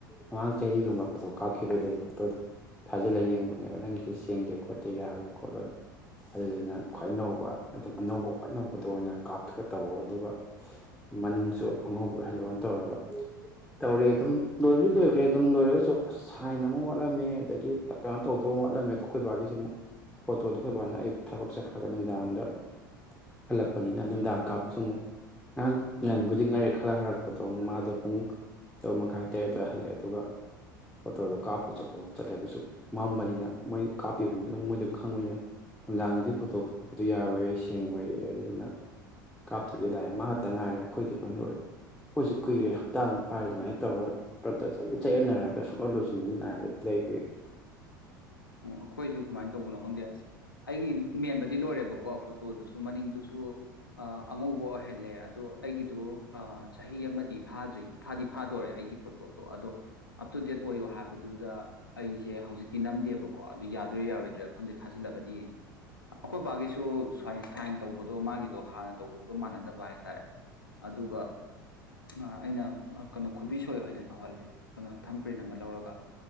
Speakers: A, in the centre; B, on the left.
A: ꯃꯃꯥꯡ ꯆꯍꯤꯒꯨꯝꯕ ꯐꯣꯇꯣ ꯀꯥꯞꯈꯤꯕꯩ ꯂꯩꯕ ꯐꯣꯇꯣꯗꯣ ꯊꯥꯖꯤꯜꯂ ꯌꯦꯡꯕꯅꯦꯕ ꯅꯪꯒꯤꯁꯦ ꯁꯦꯡꯗꯦ ꯈꯣꯠꯇꯦ ꯌꯥꯔꯣꯏ ꯈꯣꯠꯂꯣꯏ ꯑꯗꯨꯗꯨꯅ ꯈ꯭ꯋꯥꯏ ꯑꯅꯧꯕ ꯑꯗꯨꯝ ꯑꯅꯧꯕ ꯈ꯭ꯋꯥꯏ ꯅꯧꯕꯗꯣꯅ ꯑꯣꯏꯅ ꯀꯥꯞꯊꯒ ꯇꯧꯕ ꯑꯗꯨꯒ ꯃꯅꯤꯡꯁꯨ ꯑꯉꯧꯕ ꯑꯣꯏꯍꯜꯂꯣꯅ ꯇꯧꯔꯒ ꯇꯧꯔꯦ ꯑꯗꯨꯝ ꯂꯣꯏꯕꯗꯤ ꯂꯣꯏꯈ꯭ꯔꯦ ꯑꯗꯨꯝ ꯂꯣꯏꯔꯒꯁꯨ ꯑꯁ ꯁꯥꯏꯟ ꯑꯃ ꯋꯥꯠꯂꯝꯃꯦ ꯑꯗꯒꯤ ꯀꯩꯅꯣ ꯇꯧꯗꯧ ꯋꯥꯠꯂꯝꯃꯦ ꯗꯣ ꯑꯩꯈꯣꯏ ꯕꯥꯒꯤꯁꯨ ꯑꯃꯨꯛ ꯐꯣꯇꯣꯗꯣ ꯑꯩꯈꯣꯏ ꯕꯥꯅ ꯑꯌꯨꯛ ꯊꯕꯛ ꯆꯠꯈ꯭ꯔꯒ ꯅꯨꯃꯤꯗꯥꯡꯗ ꯍꯜꯂꯛꯄꯅꯤꯅ ꯅꯨꯃꯤꯗꯥꯡ ꯀꯥꯞꯄꯁꯨ ꯑꯃꯨꯛ ꯉꯔꯥꯡ ꯉꯍꯥꯟꯕꯨꯗꯤ ꯉꯥꯜꯂꯦ ꯈꯔ ꯍꯜꯂꯛꯄꯗꯣ ꯃꯥꯗꯣ ꯄꯨꯡ ꯇꯔꯨꯛ ꯃꯈꯥꯏ ꯇꯔꯦꯠ ꯑꯗꯨꯋꯥꯏ ꯍꯜꯂꯛꯑꯦ ꯑꯗꯨꯒ ꯐꯣꯇꯣꯗꯣ ꯀꯥꯞꯄꯨ ꯆꯠꯂꯣ ꯆꯠꯂꯦ ꯑꯗꯨꯖꯨ ꯃꯝꯕꯅꯤꯅ ꯃꯣꯏ ꯀꯥꯞꯄꯤꯕ ꯃꯤꯗꯨꯅꯑꯗꯨꯝ ꯃꯣꯏꯗ ꯑꯗꯨꯝ ꯈꯪꯕꯅꯤꯅ ꯅꯨꯡꯗꯥꯡꯗꯗꯤ ꯐꯣꯇꯣ ꯀꯥꯞꯄꯗꯨ ꯌꯥꯔꯣꯏꯌꯦ ꯁꯦꯡꯉꯣꯏꯌꯦ ꯑꯗꯨꯗꯨꯅ ꯀꯥꯞꯇꯕꯤ ꯂꯥꯛꯑꯦ ꯃꯥꯇꯪ ꯉꯥꯏꯔꯦ ꯑꯩꯈꯣꯏꯗꯤ ꯂꯣꯏ ꯂꯣꯏꯔꯦ ꯑꯩꯈꯣꯏꯁꯨ ꯀꯨꯏꯔꯦ ꯍꯞꯇꯥꯃꯨꯛ ꯐꯥꯔꯦ ꯑꯗꯨꯃꯥꯏꯅ ꯇꯧꯔꯒ ꯐꯔꯛꯇ ꯑꯗꯨꯝ ꯆꯌꯦꯠꯅꯔꯒ ꯁꯨꯡꯂꯣꯏ ꯂꯣꯏꯁꯤꯟ ꯅꯥꯏꯗ ꯂꯩꯕꯩ
B: ꯑꯣ ꯑꯩꯈꯣꯏꯁꯨ ꯀꯃꯥꯏ ꯇꯧꯕꯅꯣ ꯈꯪꯗꯦ ꯑꯁ ꯑꯩꯒꯤ ꯃꯦꯟꯕꯗꯤ ꯂꯣꯏꯔꯦꯕꯀꯣ ꯐꯣꯇꯣꯗꯨꯁꯨ ꯃꯅꯤꯡꯗꯨꯁꯨ ꯑꯥ ꯑꯉꯧꯕ ꯑꯣꯏꯍꯜꯂꯦ ꯑꯗꯣ ꯑꯩꯒꯤꯗꯣ ꯑꯥ ꯆꯍꯤ ꯑꯃꯗꯤ ꯐꯥꯗ꯭ꯔꯤ ꯐꯥꯗꯤ ꯐꯥꯗꯣꯢꯔꯦ ꯑꯩꯒꯤ ꯐꯣꯇꯣꯗꯣ ꯑꯗꯣ ꯑꯞ ꯇꯨ ꯗꯦꯠ ꯑꯣꯏꯌꯣ ꯍꯥꯏꯕꯗꯨꯗ ꯑꯩꯖꯦ ꯍꯧꯖꯤꯛꯇꯤ ꯅꯝꯗꯦꯕ ꯀꯣ ꯑꯗꯨ ꯌꯥꯗꯣꯏ ꯌꯥꯔꯣꯏꯗ꯭ꯔꯤ ꯈꯪꯗꯦ ꯊꯥꯖꯤꯜꯂꯒꯗꯤ ꯌꯦꯡꯒꯦ ꯑꯩꯈꯣꯏ ꯕꯥꯒꯤꯁꯨ ꯁꯥꯏꯟ ꯇꯧꯕꯗꯣ ꯃꯥꯒꯤꯗꯣ ꯍꯥꯟꯅ ꯇꯧꯕꯗꯨꯒ ꯃꯥꯟꯅꯗꯕ ꯍꯥꯏꯇꯥꯔꯦ ꯑꯗꯨꯒ ꯑꯥ ꯑꯩꯅ ꯀꯩꯅꯣ ꯈꯨꯕꯤꯁꯣꯏ ꯑꯣꯏꯅ ꯇꯧꯍꯜꯂꯦ ꯀꯩꯅꯣ ꯊꯝꯄ꯭ꯔꯤꯟ ꯑꯃ ꯂꯧꯔꯒ